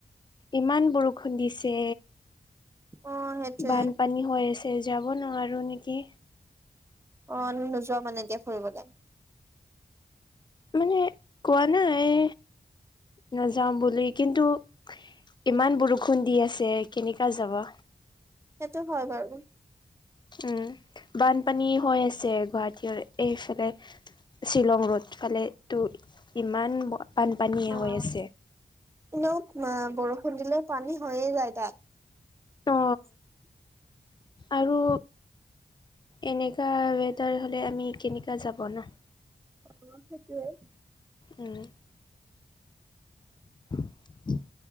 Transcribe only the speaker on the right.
অ', সেইটোয়ে
অঁ নোযোৱা মানে এতিয়া ফুৰিবলে?
সেইটো হয় বাৰু।
অ',
এনেও আ বৰষুণ দিলে পানী হয়ে যায় তাত। <inaudible>
অঁ সেইটোৱে।